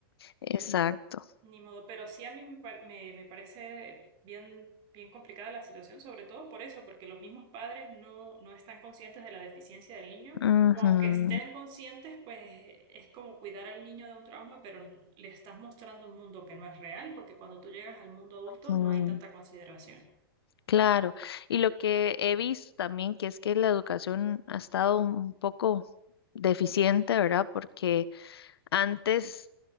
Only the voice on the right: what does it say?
Y ni modo, pero sí a mí me, par- me, me parece bien, bien complicada la situación, sobre todo por eso, porque los mismos padres no, no están conscientes de la deficiencia del niño,
o aunque estén conscientes, pues es como cuidar al niño de un trauma, pero le estás mostrando un mundo que no es real, porque cuando tú llegas al mundo adulto
no hay tanta consideración.